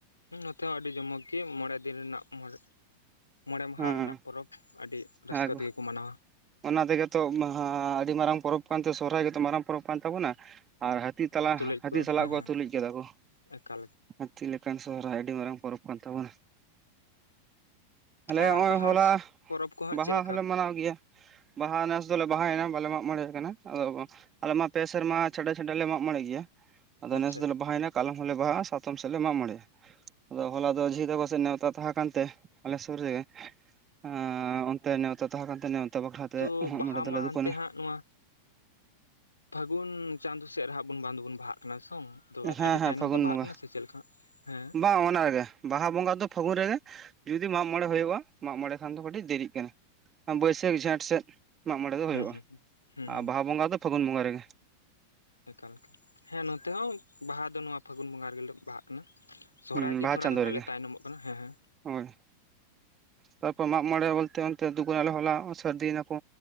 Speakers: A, on the left (about 80°); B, on the right (about 25°).
A: ᱱᱚᱛᱮ ᱦᱚᱸ ᱟᱹᱰᱤ ᱡᱚᱢᱚᱠ ᱜᱮ ᱢᱚᱬᱮ ᱫᱤᱱ ᱨᱮᱱᱟᱜ ᱢᱚᱬ ᱢᱚᱬᱮ ᱢᱟᱦᱟ
B: ᱦᱮᱸ
A: ᱨᱮᱱᱟᱜ ᱯᱚᱨᱚᱵᱽ ᱟᱹᱰᱤ ᱨᱟᱹᱥᱠᱟᱹ
B: ᱦᱮᱸ
A: ᱛᱮᱜᱮ ᱠᱚ ᱢᱟᱱᱟᱣᱟ
B: ᱚᱱᱟ ᱛᱮᱜᱮ ᱛᱚ ᱢᱟᱦᱟ ᱟᱹᱰᱤ ᱢᱟᱨᱟᱝ ᱯᱚᱨᱚᱵᱽ ᱠᱟᱱ ᱛᱮ ᱥᱚᱦᱨᱟᱭ ᱜᱮᱛᱚ ᱢᱟᱨᱟᱝ ᱯᱚᱨᱚᱵᱽ ᱠᱟᱱ ᱛᱟᱵᱚᱱᱟ ᱟᱨ ᱦᱟᱹᱛᱤ ᱛᱟᱞᱟ
A: ᱛᱩᱞᱩᱡ
B: ᱦᱟᱹᱛᱤ ᱥᱟᱞᱟᱜ
A: ᱦᱮᱸ
B: ᱠᱚ
A: ᱦᱮᱸ
B: ᱛᱩᱞᱩᱡ ᱠᱟᱫᱟ ᱠᱚ
A: ᱮᱠᱟᱞ
B: ᱦᱟᱹᱛᱤ ᱞᱮᱠᱟᱱ ᱥᱚᱦᱨᱟᱭ ᱟᱹᱰᱤ ᱢᱟᱨᱟᱝ ᱯᱚᱨᱚᱵᱽ ᱠᱟᱱ ᱛᱟᱵᱚᱱᱟ ᱟᱞᱮ
A: ᱟᱨ
B: ᱦᱚᱜᱼᱚᱭ
A: ᱵᱟᱦᱟ
B: ᱦᱚᱞᱟ
A: ᱯᱚᱨᱚᱵᱽ ᱠᱚ ᱦᱟᱸᱜ
B: ᱵᱟᱦᱟ
A: ᱪᱮᱫ ᱞᱮᱠᱟ
B: ᱦᱚᱸᱞᱮ ᱢᱟᱱᱟᱣ ᱜᱮᱭᱟ ᱵᱟᱦᱟ ᱱᱮᱥ ᱫᱚᱞᱮ ᱵᱟᱦᱟᱭᱮᱱᱟ ᱵᱟᱞᱮ ᱢᱟᱜ ᱢᱚᱬᱮ ᱠᱟᱱᱟ, ᱟᱫᱚ ᱟᱞᱮ ᱢᱟ ᱯᱮ ᱥᱮᱨᱢᱟ ᱪᱷᱟᱰᱟ ᱪᱷᱟᱰᱟ ᱞᱮ ᱢᱟᱜ ᱢᱚᱬᱮᱜ ᱜᱮᱭᱟ᱾ ᱟᱫᱚ
A: ᱟᱪᱪᱷᱟ
B: ᱱᱮᱥ ᱫᱚᱞᱮ ᱵᱟᱦᱟᱭᱱᱟ ᱠᱟᱞᱚᱢ ᱦᱚᱸᱞᱮ ᱵᱟᱦᱟᱜᱼᱟ ᱯᱚᱛᱚᱢ ᱥᱮᱜ ᱞᱮ ᱢᱟᱜ ᱢᱚᱬᱮᱭᱟ ᱟᱫᱚ ᱦᱚᱞᱟ ᱫᱚ ᱡᱷᱤ ᱛᱟᱠᱟ ᱥᱮᱫ ᱱᱮᱣᱛᱟ ᱛᱟᱦᱮᱸ ᱠᱟᱱᱛᱮ ᱟᱞᱮ ᱥᱩᱨ ᱨᱮᱜᱮ ᱟ ᱚᱱᱛᱮ ᱱᱮᱣᱛᱟ ᱛᱟᱦᱮᱸ ᱠᱟᱱ ᱛᱮ ᱱᱮᱣᱛᱟ ᱵᱟᱠᱷᱟᱨᱟ ᱛᱮ
A: ᱛᱚ
B: ᱢᱟᱜ
A: ᱵᱟᱦᱟ
B: ᱢᱚᱬᱮ ᱫᱚᱞᱮ
A: ᱢᱟ
B: ᱫᱩᱠᱟ.
A: ᱦᱟᱱᱛᱮ
B: ᱱᱟ
A: ᱦᱟᱸᱜ ᱱᱚᱣᱟ ᱯᱷᱟᱹᱜᱩᱱ ᱪᱟᱸᱫᱳ ᱥᱮᱜ ᱨᱮᱦᱟᱜ ᱵᱚᱱ ᱵᱟᱝ ᱫᱚᱵᱚᱱ ᱵᱟᱦᱟᱜ ᱠᱟᱱᱟ᱾ ᱛᱚᱝ ᱛᱚ
B: ᱦᱮᱸ
A: ᱟᱹᱰᱤ
B: ᱦᱮᱸ
A: ᱛᱟᱭᱱᱚᱢ
B: ᱯᱷᱟᱹᱜᱩᱱ
A: ᱛᱮ ᱵᱟᱦᱟᱜ
B: ᱵᱚᱸᱜᱟ
A: ᱠᱟᱱᱟ ᱥᱮ ᱪᱮᱫ ᱞᱮᱠᱟ? ᱦᱮᱸ
B: ᱵᱟᱝ ᱚᱱᱟ ᱨᱮᱜᱮ ᱵᱟᱦᱟ ᱵᱚᱸᱜᱟ ᱫᱚ ᱯᱷᱟᱹᱜᱩᱱ ᱨᱮᱜᱮ ᱡᱩᱫᱤ ᱢᱟᱜᱽ ᱢᱚᱬᱮ ᱦᱩᱭᱩᱜᱼᱟ ᱢᱟᱜ ᱢᱚᱬᱮ ᱠᱷᱟᱱ ᱫᱚ ᱠᱟᱹᱴᱤᱡ ᱫᱮᱨᱤᱜ ᱠᱟᱱᱟ᱾ ᱵᱟᱹᱭᱥᱟᱹᱠ ᱡᱷᱮᱴ ᱥᱮᱫ ᱢᱟᱜ ᱢᱚᱬᱮ ᱫᱚ
A: ᱦᱩᱸ
B: ᱦᱳᱭᱳᱜᱼᱟ
A: ᱦᱩᱸ ᱦᱩᱸ
B: ᱵᱟᱦᱟ ᱵᱚᱸᱜᱟ ᱫᱚ ᱯᱷᱟᱹᱜᱩᱱ ᱵᱚᱸᱜᱟ ᱨᱮᱜᱮ
A: ᱚᱱᱠᱟᱞᱮᱠᱟ ᱦᱮᱸ ᱱᱚᱛᱮ ᱦᱚᱸ ᱵᱟᱦᱟ ᱫᱚ ᱱᱚᱣᱟ ᱯᱷᱟᱹᱜᱩᱱ ᱵᱚᱸᱜᱟ ᱨᱮᱜᱮ ᱞᱮ ᱵᱟᱦᱟᱜ ᱠᱟᱱᱟ ᱥᱚᱦᱨᱟᱭ
B: ᱦᱮᱸ
A: ᱜᱮ
B: ᱵᱟᱦᱟ
A: ᱛᱷᱚᱲᱟ
B: ᱪᱟᱸᱫᱳ
A: ᱜᱟᱱ ᱦᱟᱸᱜ
B: ᱨᱮᱜᱮ
A: ᱞᱮ ᱛᱟᱭᱱᱚᱢᱚᱜ ᱠᱟᱱᱟ ᱦᱮᱸ ᱦᱮᱸ
B: ᱦᱳᱭ ᱛᱟᱨᱯᱚᱨ ᱢᱟ ᱢᱚᱜ ᱢᱚᱬᱮ ᱵᱚᱞᱛᱮ ᱚᱱᱛᱮ ᱫᱚ ᱵᱟᱝ ᱦᱚᱞᱟ ᱥᱟᱹᱨᱫᱤᱭ ᱱᱟᱠᱚ